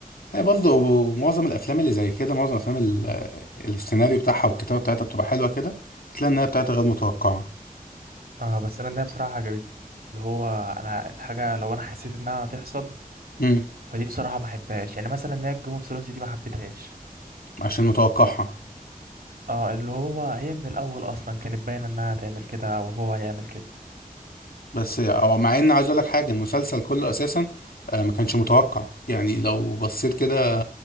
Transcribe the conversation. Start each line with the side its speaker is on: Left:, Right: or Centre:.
Left: هي برضه معظم الأفلام اللي زي كده معظم الأفلام ال- السيناريو بتاعها والكتابة بتاعتها بتبقى حلوة كده بتلاقي النهاية بتاعتها غير متوقعة
Right: اه بس انا النهايه بصراحه عجبتني اللي هو انا الحاجه لو انا حسيت انها هتحصل
Left: امم
Right: فدي بصراحة ما حبهاش يعني مثلا نهاية جيم اوف ثرونز دي ما حبيتهاش
Left: عشان متوقعها
Right: اه اللي هو هي من الأول أصلا كانت باينة إنها هتعمل كده وهو هيعمل كده
Left: بس هو مع ان عايز اقول لك حاجه المسلسل كله اساسا آه، ما كانش متوقع يعني لو بصيت كده